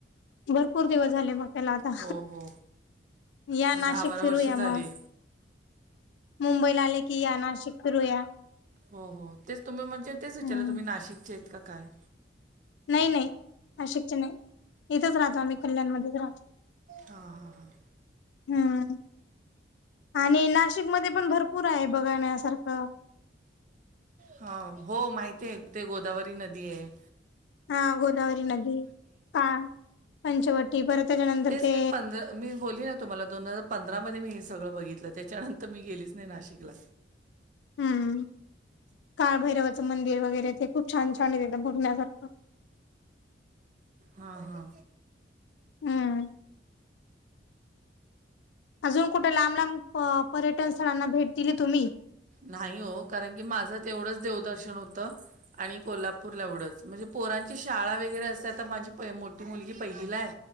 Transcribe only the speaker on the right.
हो हो
पण
दहा बारा
वर्ष झाली
हो हो तेच तुम्ही म्हणजे तेच विचारलं
तुम्ही नाशिकचे आहेत की काय?
हा हा हा.
हा हो माहितीयं ते गोदावरी नदीयं.
तेच
मी पंधरा मी बोली ना तुम्हाला दोन हजार पंधरा मध्ये मी हे सगळं बघितलं त्याच्यानंतर मी गेलीच नाही नाशिकला.
हा हा.
नाही हो कारण की माझं तेवढंच देवदर्शन होतं. आणि कोल्हापूरला एवढंच म्हणजे पोरांची शाळा वगैरे असते आता माझी प <unintelligible> मोठी मुलगी पहिलीला हाय.